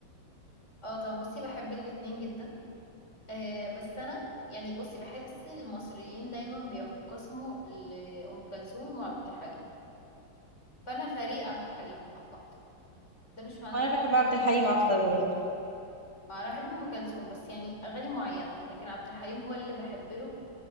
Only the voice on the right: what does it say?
وانا
بحب
عبد الحليم
اكتر برضه